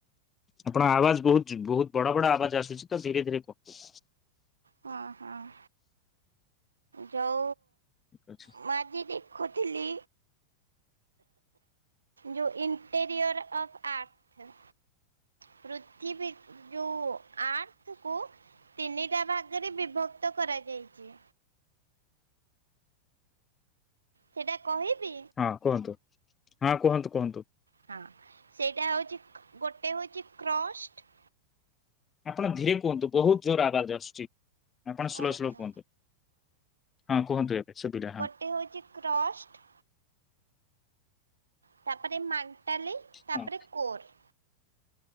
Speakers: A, on the left; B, on the right.
A: ଆପଣ ଆବାଜ୍ ବହୁତ୍ ବହୁତ୍ ବଡ଼ ବଡ଼ ଆବାଜ୍ ଆସୁଚିତ ଧୀରେ ଧୀରେ କହ?
B: ହଁ ହଁ ଯଉ
A: ଠିକ୍ ଅଛି।
B: ମ୍ୟାଗି ଦେଖୁଥିଲି। ଯୋଉ ଇଣ୍ଟେରିୟର ଅଫ୍ ଆର୍ଥ ପୃଥିବୀ ଯୋଉ ଆର୍ଥକୁ ତିନିଟା ଭାଗରେ ବିଭକ୍ତ କରାଯାଇଚି ସେଇଟା କହିବି?
A: ହଁ କୁହନ୍ତୁ ହଁ କୁହନ୍ତୁ କୁହନ୍ତୁ?
B: ହଁ ସେଇଟା ହଉଚି ଗୋଟେ ହଉଚି କ୍ରଷ୍ଟ
A: ଆପଣ ଧୀରେ କୁହନ୍ତୁ ବହୁତ୍ ଜୋରେ ଆବାଜ୍ ଆସୁଚି। ଆପଣ ସୋଲ୍
B: ଆଚ୍ଛା
A: ସୋଲ୍ କୁହନ୍ତୁ ହଁ କୁହନ୍ତୁ ଏବେ ସୁବିଲା ହଁ।
B: ଗୋଟେ ହେଉଚି କ୍ରଷ୍ଟ ତାପରେ ମାଣ୍ଟାଲି ତାପରେ
A: ହଁ।
B: କୋର୍